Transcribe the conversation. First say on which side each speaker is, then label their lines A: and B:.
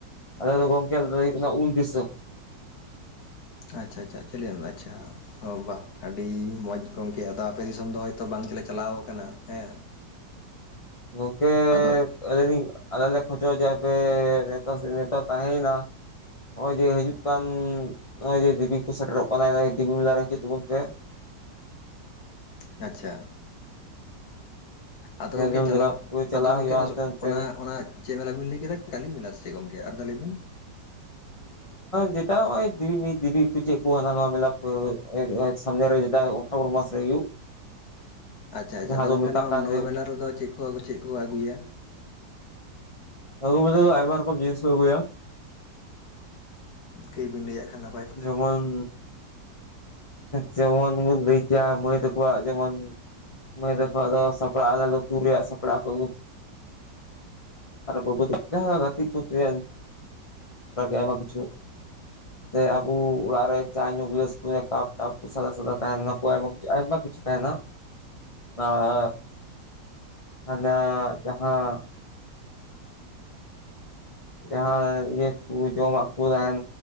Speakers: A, on the left; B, on the left.
A: ᱟᱞᱮ ᱫᱚ ᱜᱚᱝᱠᱮ ᱟᱞᱮ ᱫᱚᱞᱮ ᱦᱳᱭᱳᱜ ᱠᱟᱱᱟ ᱩᱞ ᱫᱤᱥᱟᱹᱢ
B: ᱟᱪᱪᱷᱟ ᱟᱪᱪᱷᱟ ᱟᱪᱩᱞᱤᱭᱟᱢ ᱮᱢ ᱟᱪᱪᱷᱟ ᱚ ᱵᱟᱦ ᱟᱹᱰᱤ ᱢᱚᱡᱽ ᱜᱚᱢᱠᱮ ᱟᱫᱚ ᱟᱯᱮ ᱫᱤᱥᱚᱢ ᱫᱚ ᱦᱚᱭᱛᱳ ᱵᱟᱝ ᱜᱮᱞᱮ ᱪᱟᱞᱟᱣ ᱠᱟᱱᱟ ᱦᱮᱸ
A: ᱜᱟᱝᱠᱮ
B: ᱟᱫᱚ
A: ᱟᱞᱤᱧ ᱞᱤᱧ ᱟᱞᱮ ᱞᱮ ᱠᱷᱚᱡᱚᱜ-ᱟ ᱡᱮ ᱟᱯᱮ ᱱᱮᱣᱛᱟ ᱥᱮ ᱱᱮᱣᱛᱟ ᱛᱟᱦᱮᱭ ᱱᱟ᱾ ᱱᱚᱜ ᱚᱭ ᱡᱮ ᱦᱤᱡᱩᱜ ᱠᱟᱱ ᱱᱚᱜ ᱚᱭ ᱡᱮ ᱫᱮᱵᱤ ᱠᱚ ᱥᱮᱴᱮᱨᱚᱜ ᱠᱟᱱᱟ ᱫᱮᱵᱤ ᱢᱮᱞᱟ ᱨᱮ ᱦᱤᱡᱩᱜ ᱛᱟᱵᱚᱱ ᱯᱮ᱾
B: ᱟᱪᱪᱷᱟ ᱟᱫᱚ
A: ᱧᱮᱞ
B: ᱜᱚᱝᱠᱮ
A: ᱡᱚᱝ
B: ᱪᱟᱞᱟᱜ
A: ᱡᱟᱭᱜᱟ ᱠᱚ ᱪᱟᱞᱟᱜ
B: ᱟᱫᱚ ᱜᱚᱝᱠᱮ
A: ᱦᱩᱭᱩᱜᱼᱟ ᱦᱟᱱᱛᱮ ᱱᱟᱛᱮ
B: ᱚᱱᱟ ᱚᱱᱟᱜ ᱪᱮᱫ ᱢᱮᱞᱟ ᱵᱤᱱ ᱞᱟᱹᱭ ᱠᱮᱫᱟ ᱠᱟᱹᱞᱤ ᱢᱮᱞᱟ ᱥᱮ ᱜᱚᱝᱠᱮ ᱟᱨ ᱫᱷᱟᱣ ᱞᱟᱹᱭ ᱵᱤᱱ?
A: ᱡᱮᱴᱟ ᱱᱚᱜ ᱚᱭ ᱫᱤᱵᱤ, ᱫᱤᱵᱤ ᱯᱩᱡᱟᱹ ᱠᱚ ᱪᱮᱫ ᱠᱚ ᱦᱟᱱᱟ ᱱᱚᱣᱟ ᱢᱮᱞᱟ ᱠᱚ ᱥᱟᱢᱱᱮ ᱨᱮ ᱡᱮᱴᱟ ᱚᱴᱵᱚᱨ ᱢᱟᱥ ᱨᱮ ᱦᱩᱭᱩᱜ
B: ᱟᱪᱪᱷᱟ ᱟᱪᱪᱷᱟ
A: ᱡᱟᱦᱟᱸ
B: ᱛᱚ
A: ᱫᱚ
B: ᱜᱚᱝᱠᱮ
A: ᱢᱮᱛᱟᱜ
B: ᱱᱚᱣᱟ
A: ᱠᱟᱱ
B: ᱱᱚᱣᱟ ᱢᱮᱞᱟ ᱨᱮᱫᱚ ᱪᱮᱫ ᱠᱚ ᱪᱮᱫ ᱠᱚ ᱟᱹᱜᱩᱭᱟ?
A: ᱟᱹᱜᱩ ᱵᱚᱞᱛᱮᱫᱚ ᱟᱭᱢᱟ ᱨᱚᱠᱚᱢ ᱡᱤᱱᱤᱥ ᱠᱚ ᱟᱹᱜᱩᱭᱟ
B: ᱠᱟᱹᱭ ᱵᱤᱱ ᱞᱟᱹᱭᱟᱜ ᱠᱷᱟᱱ ᱱᱟᱯ
A: ᱡᱮᱢᱚᱱ ᱡᱮᱢᱚᱱ ᱵᱚᱱ ᱞᱟᱹᱭ ᱠᱮᱭᱟ ᱢᱟᱹᱭ ᱛᱟᱠᱚᱣᱟᱜ ᱡᱮᱢᱚᱱ ᱢᱟᱹᱭ ᱛᱟᱠᱳᱣᱟᱜ ᱫᱚ ᱥᱟᱯᱲᱟ ᱞᱩᱛᱩᱨ ᱨᱮᱭᱟᱜ ᱥᱟᱯᱲᱟ ᱠᱚ ᱟᱜᱩ ᱟᱨ ᱜᱟᱛᱨ ᱜᱮ ᱟᱭᱢᱟ ᱠᱪᱩ <unintelligible> ᱥᱮ ᱟᱵᱚ ᱚᱲᱟᱜ ᱨᱮ ᱪᱟ ᱧᱩ ᱜᱤᱞᱟᱹᱥ ᱠᱚ ᱠᱟᱯ ᱴᱟᱯ ᱥᱟᱫᱟ ᱥᱟᱫᱟ ᱛᱟᱦᱮᱠᱚ ᱟᱭᱢᱟ ᱠᱤᱪᱷᱩ ᱟᱭᱢᱟ ᱠᱤᱪᱷᱩ ᱛᱟᱦᱮᱱᱟ ᱟᱨ ᱦᱟᱱᱟ ᱡᱟᱦᱟᱸ ᱡᱟᱦᱟᱸ ᱤᱭᱟᱹ ᱠᱚ ᱡᱚᱢᱟᱜ ᱠᱚ ᱛᱟᱦᱮᱱ